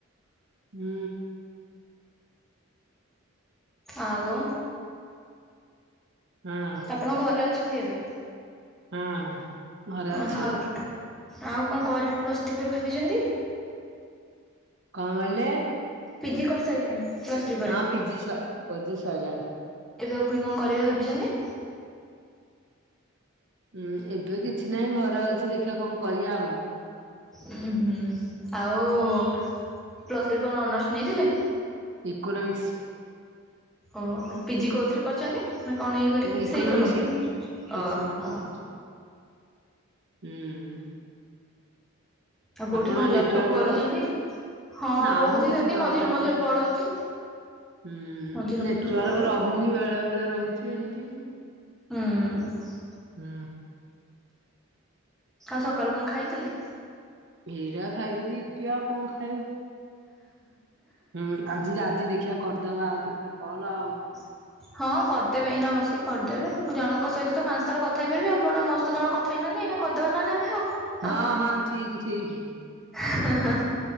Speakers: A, on the right (about 55°); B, in the centre.
A: ହୁଁ।
B: ଆଉ
A: ହଁ।
B: ଆପଣଙ୍କ ଘରେ ଅଛନ୍ତି ଏବେ?
A: ହଁ। ଘରେ
B: ଓ
A: ଅଛି
B: ଆଉ ଆଉ କଣ କରିବେ ପ୍ଲସଥ୍ରିପରେ ଭାବିଛନ୍ତି।
A: କଣ କହିଲେ?
B: ପିଜି କରିସାରିଲେଣି? ପ୍ଲସ୍ ଥ୍ରୀ ପରେ
A: ହଁ ପିଜି ସ ପିଜି ସଇଲାଣି।
B: ଏବେ ଫୁଣି କଣ କରିବେ ଭାବିଛନ୍ତି?
A: ହୁଁ ଏବେ କିଛି ନାହିଁ ଘରେ ଅଛି ଦେଖିବା କଣ କରିବା ଆଉ।
B: ଉ ହୁଁ ଆଉ ପ୍ଲସଥ୍ରିରେ କଣ ଅନର୍ସ ନେଇଥିଲେ?
A: ଇକୋନମିକ୍ସ।
B: ଓହୋ ପିଜି କୋଉଥିରେ କରିଛନ୍ତି ନା କଣ ଇଏ କରିକି
A: ଇକୋନୋମିକ୍ସ
B: ସେଇ ଇକୋନମିକ୍ସ
A: ଇକୋନୋମିକ୍ସ।
B: ଓହୋ।
A: ହୁଁ।
B: ଆଉ କୋଉଠି
A: ଆପଣଙ୍କ
B: କଣ ଜବ୍
A: ନେଟୱାର୍କ
B: ଫବ୍ କରୁଛନ୍ତି?
A: ରହୁଛି
B: ହଁ
A: ନା
B: ରହୁଛି
A: ଆମ କିଛି
B: ସେମିତି
A: ଜବାଉନି।
B: ମଝିରେ ମଝିରେ ପଳଉଛି
A: ହଁ
B: ମଝିରେ ମଝିରେ
A: ନେଟୱାର୍କ
B: ପଳଉ
A: ରହୁନି ବେଳେ ବେଳେ ରହୁଛି ଏମିତି।
B: ହୁଁ।
A: ହୁଁ।
B: ଆଉ ସକାଳୁ କଣ ଖାଇଥିଲେ?
A: ଇରା ଖାଇଥିଲି ଇପି ଆଉ କଣ ଖାଇଵ। ହୁଁ ଆଜି ତ ଆଜି ଦେଖିବା କରିଦବା ଆଉ କେତେଟା କଲ ଆଉ।
B: <inaudible> ହଁ କରିଦେବେ ଏଇନା ବସିକି କରିଦେବେ ମୁଁ ଜଣଙ୍କ ସହିତ ତ ପାଞ୍ଚ ଥର କଥାହେଇ ପାରିବେ ଆପଣ ମୋସ୍ତ ଜମା କ ଥାଇନାହାନ୍ତି ଏଇନା କରିଦବା ନହଲେ ଆଉ।
A: ହଁ ହଁ ଠିକ ଠିକ୍।
B: ହଁ ହଁ